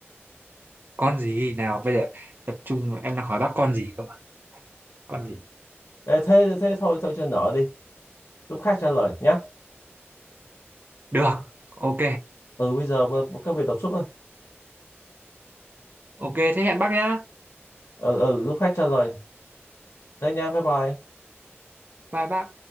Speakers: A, on the right; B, on the left.
A: con gì nào bây giờ tập trung vào- em đang hỏi bác con gì không ạ con gì
B: Ê, thế thế thôi thôi cho nợ đi lúc khác trả lời nhá
A: được ok
B: ừ bây giờ b- b- các vị đọc suốt thôi
A: ok thế hẹn bác nhá
B: ừ ừ lúc khác trả lời thế nha bye bye
A: bye bác